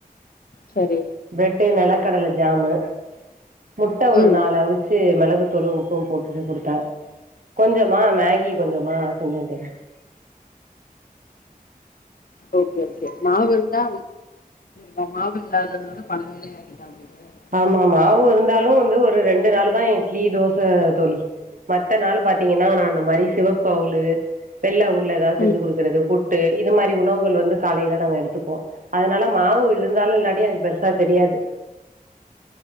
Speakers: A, on the left (about 70°); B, on the right (about 60°).
A: சரி
B: ப்ரெட்டு நெலக்கடல ஜாமு முட்ட ஒரு
A: ம்
B: நாலு அவுச் சு மெளகுத்தூளு உப்பு போட்டுட்டு குடுத்த கொஞ்சமா மேகி கொஞ்சமா செஞ்சே தோழி
A: ஓகே ஓகே மாவு இருந்தா இப்ப மாவு இல்லாதுனால பல வேலை ஆகி <unintelligible>
B: ஆமாமா மாவு இருந்தாலு வந்து ஒரு ரெண்டு நாளுதா இட்லி தோச தோழி மத்த நாளு பாத்தீங்கன்னா நா இந்த மாரி சிவப்பு அவுலு வெள்ள அவுல்ள ஏதாது செஞ்சு
A: ம்
B: குடுக்குறது புட் டு இது மாரி உணவுகள் வந்து காலைல நாங்க எடுத்துக்குவோ அதுனால மாவு இருந்தாலு இல்லாட்டியு எனக்கு பெருசா தெரியாது